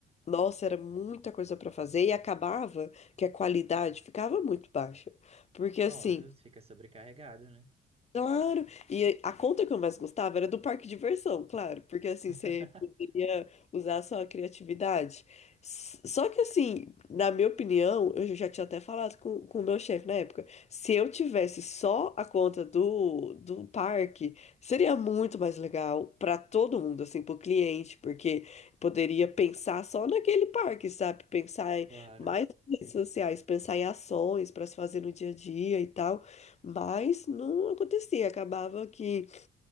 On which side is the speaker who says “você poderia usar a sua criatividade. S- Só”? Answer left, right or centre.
Left